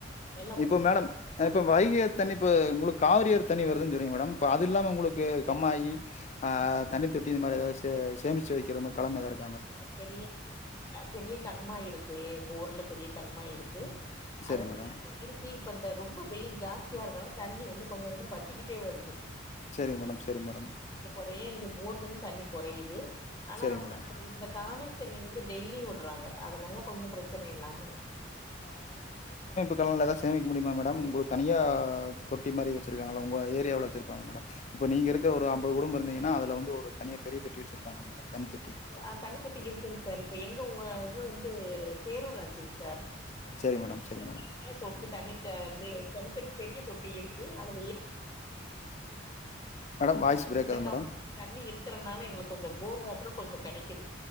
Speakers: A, on the left; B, on the left.
A: நல்லா பண்ணிருக்காங்க
B: இப்போ மேடம்
A: வந்து
B: இப்ப வைகையாத்து தனி பு உங்களுக்கு காவிரியர் தண்ணி வருதுன் சொன்னீங்க மேடம் அதுல்லாம உங்களுக்கு கம்மாயி ஆ தண்ணி தொட்டி இந் மாரி ஏதாச் தே சேமிச்சு வைக்கிற மாரி கலம் எதா இருக்
A: பெரிய பெரிய கண்மாய் இருக்கு எங்க ஊர்ல பெரிய கண்மாய் இருக்கு
B: சரிங்க
A: அதுல <unintelligible>
B: மேடம்
A: இப்ப இந்த ரொம்ப வெயில் ஜாஸ்தியா இருக்கனால தண்ணி வந்து கொஞ்சோ கொஞ்சோ வத்திக்கிட்டே வருது
B: செரி மேடம் செரி மேடம்
A: நெறைய இங்க போர்லயு தண்ணி கொறையுது ஆனா
B: சரிங்க மேடம்
A: இந்த காவிரி தண்ணி வந்து டெய்லி வுடுறாங்க அதனால கொஞ்ச பிரச்சன இல்லாம இருக்கு
B: அக்கௌன்ட்ல ஏதா சேமிக்க முடியுமா மேடம் உங்களுக்கு தனியா தொட்டி மாரி வச்சிருக்காங்களா உங்கள ஏரியாவுல வச்சிருப்பாங்க மேடம் இப்போ நீங்கள் இருக்க ஒரு ஐம்பது குடும்ப இருந்தீங்கன்னா அதில் வந்து ஒரு தனியா பெரிய தொட்டி வச்சுருப்பாங்களா மேடம் தண்ணி தொட்டி.
A: ஆ தண்ணி தொட்டி இருக்குங்க சார் இப்பயே எங்கோ உ ஆ இது வந் பே பேரூராட்சிங்க
B: சரி மேடம், சரி
A: த
B: மேடம்.
A: தொட்டி தண்ணி <unintelligible> அங்கயே தண்ணி தொட்டி பெரிய தொட்டி இரு ம் அதுல எ
B: மேடம் வாய்ஸ் பிரேக்
A: இந்த
B: ஆகுது
A: கம்
B: மேடம்.
A: தண்ணி இருக்கு இருக்கிறதுனால எங்களுக்கு கொஞ்சம் போர் வாட்டரும் கொஞ்சம் கிடைக்குது